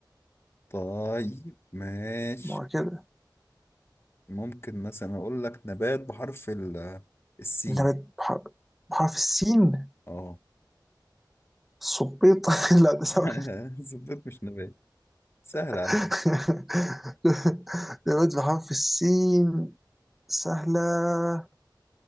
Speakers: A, on the left; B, in the centre.
A: طيب ماشي
B: ما هو كده
A: ممكن مثلا اقول لك نبات بحرف ال- آه، السين
B: أنت بت- بح- بحرف السين
A: اه
B: صبيط <laughs> لا ده سوا
A: <laughs> زبيط مش نبات سهلة
B: <laughs>
A: على فكرة
B: دلوقتي بحرف في السين سهلة